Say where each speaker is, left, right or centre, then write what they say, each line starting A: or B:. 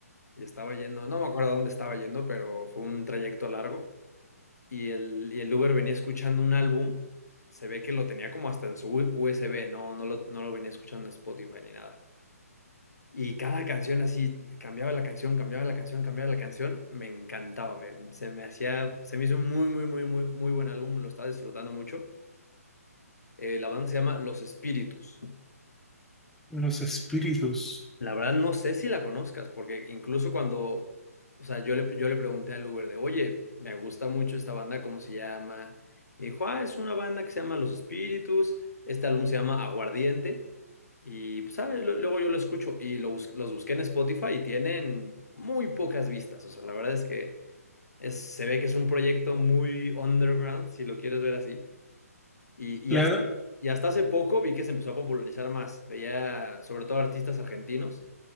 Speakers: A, on the left; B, in the centre.
A: y estaba yendo, no me acuerdo a dónde estaba yendo, pero fue un trayecto largo. y el, y el Uber venía escuchando un álbum. Se ve que lo tenía como hasta en su USB, no, no lo, no lo venía escuchando en Spotify ni nada. Y cada canción así, cambiaba la canción, cambiaba la canción, cambiaba la canción, me encantaba, me- se me hacía, se me hizo un muy, muy, muy, muy, muy buen álbum, lo estaba disfrutando mucho. Eh, la banda se llama Los Espíritus
B: Los espíritus.
A: La verdad no sé si la conozcas, porque incluso cuando, o sea, yo le, yo le pregunté al Uber de, oye, me gusta mucho esta banda, ¿cómo se llama? Me dijo, ah, es una banda que se llama Los Espíritus, este álbum se llama Aguardiente, y pues, ah, lo- luego yo lo escucho y lo bus- los busqué en Spotify y tienen muy pocas vistas, o sea, la verdad es que es- se ve que es un proyecto muy underground, si lo quieres ver así, y,
B: claro.
A: y hasta, y hasta hace poco vi que se empezó a popularizar más, veía sobre todo artistas argentinos